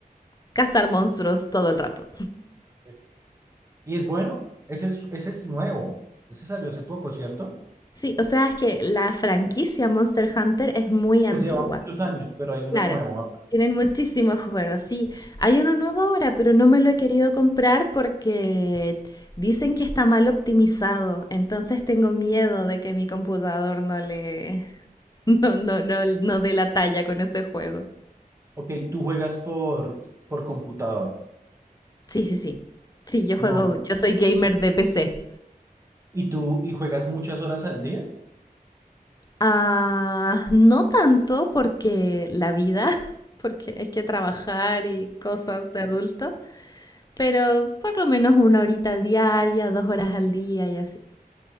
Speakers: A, on the left; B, on the right.
A: cazar monstruos todo el rato.
B: Es- Y es bueno, ese es, ese es nuevo. Ese salió hace poco, ¿cierto?
A: Sí, o sea, es que la franquicia Monster Hunter es muy antigua.
B: Pues lleva muchos años, pero hay uno
A: Claro,
B: nuevo ahora.
A: tienen muchísimos juegos. Sí, hay uno nuevo ahora, pero no me lo he querido comprar porque dicen que está mal optimizado. Entonces tengo miedo de que mi computador no le, <laughs> no, no, no, no dé la talla con ese juego.
B: Ok, tú juegas por, por computador.
A: Sí, sí, sí. Sí, yo juego,
B: No,
A: yo soy gamer de PC.
B: y tú y juegas muchas horas al día.
A: Ah, no tanto porque la vida, <laughs> porque hay que trabajar y cosas de adulto. pero por lo menos una horita diaria, dos horas al día y así.